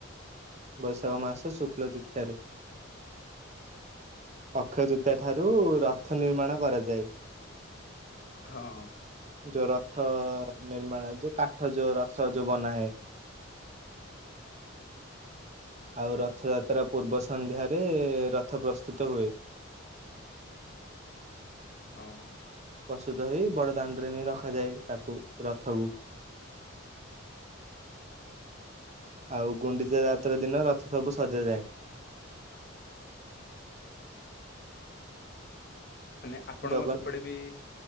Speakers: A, on the right; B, on the left.
A: ବୈଶାଖ ମାସ ଶୁକ୍ଲ ତିଥିଆରେ ଅକ୍ଷୟତୃତୀୟ ଠାରୁ ରଥ ନିର୍ମାଣ କରାଯାଏ।
B: ହଁ
A: ଯୋଉ ରଥ ନିର୍ମାଣ ଯୋଉ କାଠ ଯୋଉ ରଥ ଯୋଉ ବନାଯାଏ। ଆଉ ରଥଯାତ୍ରା ପୂର୍ବ ସନ୍ଧ୍ୟାରେ ରଥ ପ୍ରସ୍ତୁତ ହୁଏ।
B: ହଁ
A: ପ୍ରସ୍ତୁତ ହେଇ ବଡ ଦାଣ୍ଡରେ ନେଇ ରଖାଯାଏ ତାକୁ ରଥକୁ। ଆଉ ଗୁଣ୍ଡିଚା ଯାତ୍ରା ଦିନ ରଥ ସବୁ ସଜାଯାଏ।
B: ମାନେ ଆପଣଙ୍କ
A: ଜଗନ୍
B: ସେପଟେ ବି